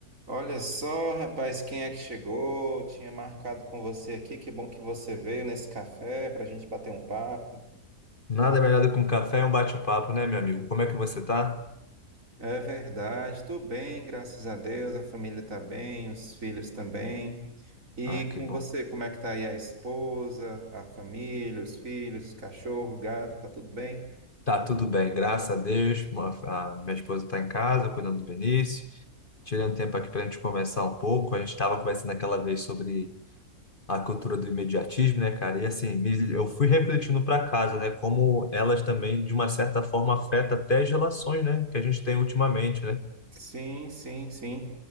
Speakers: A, on the right; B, on the left.
A: Olha só, rapaz, quem é que chegou? Tinha marcado com você aqui. Que bom que você veio nesse café para a gente bater um papo.
B: Nada melhor do que um café e um bate-papo, né, meu amigo? Como é que você tá?
A: É verdade, tô bem, graças a Deus. A família tá bem, os filhos também. E
B: Ah, que
A: com
B: bom.
A: você, como é que tá aí a esposa, a família, os filhos, o cachorro, o gato? Tá tudo bem?
B: Tá tudo bem, graças a Deus. Mo- A minha esposa tá em casa, cuidando do Benício. tirando tempo aqui pra gente conversar um pouco. A gente estava conversando aquela vez sobre a cultura do imediatismo, né, cara? E assim, me- eu fui refletindo pra casa, né, como elas também, de uma certa forma, afetam até as relações, né, que a gente tem ultimamente, né?
A: Sim, sim, sim.